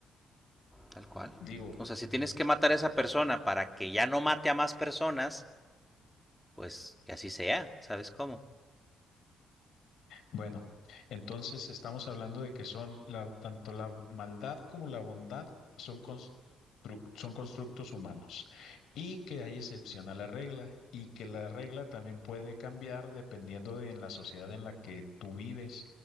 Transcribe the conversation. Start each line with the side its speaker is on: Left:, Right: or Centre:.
Centre: tal cual.
Left: Digo,
Centre: O sea, si tienes que matar a esa persona para que ya no mate a más personas, pues que así sea, ¿sabes cómo?
Left: Bueno, entonces estamos hablando de que son la, tanto la maldad como la bondad son, construc- son constructos humanos y que hay excepción a la regla y que la regla también puede cambiar dependiendo de en la sociedad en la que tú vives.